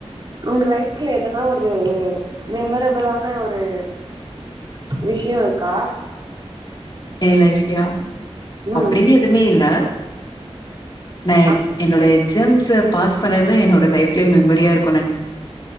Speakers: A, on the right; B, on the left.
A: உங்க லைஃப்ல எதனா ஒரு மெமரபளான ஒரு விஷயொ இருக்கா
B: ஏ லைஃப்லியா
A: ம்
B: அப்டின்னு எதுமே இல்ல நா
A: அப்
B: என்னோட எக்ஸாம்ஸ பாஸ் பண்ணது என்னோட லைஃப்ல மெமரியா இருக்